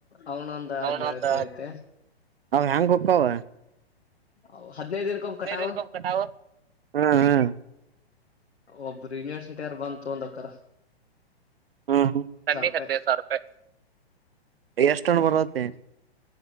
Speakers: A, on the left (about 75°); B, on the right (about 65°).
A: ಅವನ ಒಂದ ಹದ್ನೇಳಕ್ರ
B: ಅವನೊಂದ
A: ಐತ.
B: ಅವ ಹೆಂಗ ಹೋಕ್ಕವ.
A: ಅವ್ ಹದ್ನೈದ ದಿನಕಮ್ಮ ಕಟವು.
B: ಇರ್ಕೊ ಕಟಾವ ಹಾ ಹಾ
A: ಒಬ್ರ ಯೂನಿವರ್ಸಿಟಿರ ಬಂದ ತುಗೊಂಡ ಹೊಕ್ಕರ.
B: ಹ್ಮ ತನ್ನಿ
A: ರೂಪಾಯಿ
B: ಹದ್ದನೈದ ಸಾರಪಾಯಿ ಎಷ್ಟನ ಬರತ್ತತಿ.